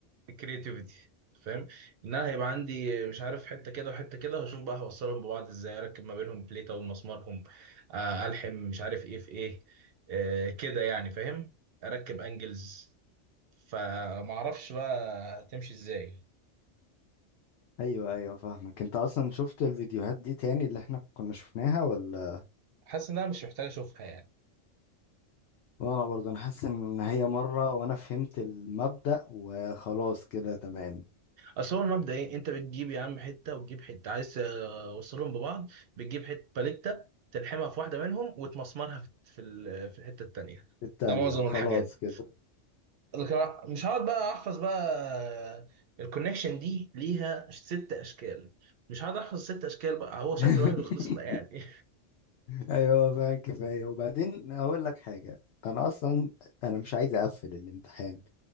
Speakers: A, on the right (about 60°); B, on the left (about 65°).
A: الكرياتيفيتي فاهم ان انا هيبقى عندي مش عارف حته كده وحته كده واشوف بقى هوصلهم ببعض ازاي اركب ما بينهم بليته ومسمارهم آه، الحم مش عارف ايه في ايه آه، كده يعني فاهم اركب انجلز فما اعرفش بقى هتمشي ازاي
B: ايوه ايوه فاهمك انت اصلا شفت الفيديوهات دي تاني اللي احنا كنا شفناها ولا
A: حاسس انها مش محتاج اشوفها يعني
B: وانا برضه انا حاسس ان هي مرة وانا فهمت المبدأ وخلاص كده تمام
A: اصل هو المبدا ايه انت بتجيب يا عم حته وتجيب حته عايز توصلهم ببعض بتجيب حته باليته تلحمها في واحده منهم وتمسمرها في في ال- في الحته التانيه
B: التانية
A: ده معظم
B: وخلاص
A: الحاجات
B: كده
A: لكن أنا مش هقعد بقى احفظ بقى الكونكشن دي ليها ست اشكال مش هقعد احفظ ست اشكال بقى هو
B: <laughs>
A: شكل واحد وخلصنا يعني
B: ايوه فعلا كفاية وبعدين اقول لك حاجة انا اصلا انا مش عايز اقفل الامتحان